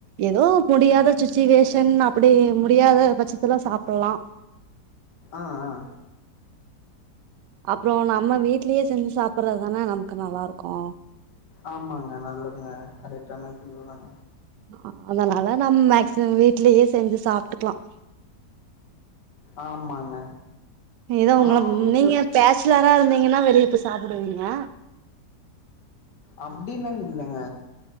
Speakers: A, on the right; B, on the left.
A: ஏதோ முடியாத சுச்சிவேஷன் அப்படி முடியாத பட்சத்துலா சாப்பிலாம்
B: ஆஹ் ஆஹ்
A: அப்புறம் நம்ம வீட்லயே செஞ்சு சாப்பிடுறதுதானே நமக்கு நல்லா இருக்கும்
B: ஆமாங்க நல்லதுங்க கரெக்டனா இதுவுதாக
A: ஹ் அதனால நம் மேக்சிமம் வீட்லயே செஞ்சு சாப்பிட்டுக்கலாம்
B: ஆமாங்க
A: இதே
B: நானு
A: உங்கள
B: வீட்ல
A: நீங்க பேச்சலரா இருந்தீங்கன்னா வெளிய போய் சாப்பிடுவீங்க
B: அப்படில்லாம் இல்லங்க